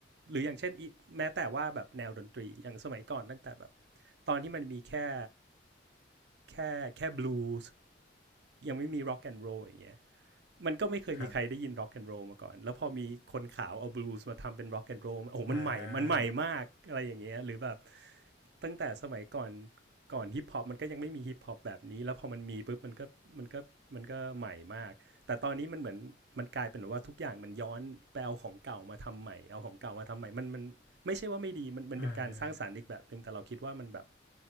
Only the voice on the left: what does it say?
ครับอ่า
อ่า